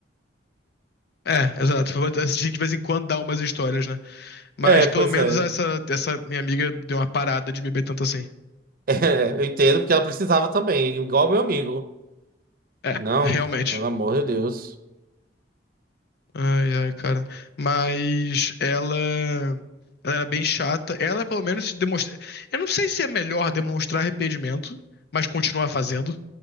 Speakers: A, on the left; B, on the right.
A: É, exato. Vou assistir de vez em quando dá umas histórias, né? Mas
B: É,
A: pelo
B: pois
A: menos
B: é.
A: essa,
B: <laughs>
A: essa minha amiga deu uma parada de beber tanto assim.
B: É, eu entendo porque ela precisava também, igual meu amigo.
A: É,
B: Não,
A: realmente.
B: pelo amor de Deus.
A: Ai, ai, cara. Mas ela. Ela era bem chata. Ela, pelo menos, se demonstra. Eu não sei se é melhor demonstrar arrependimento, mas continuar fazendo,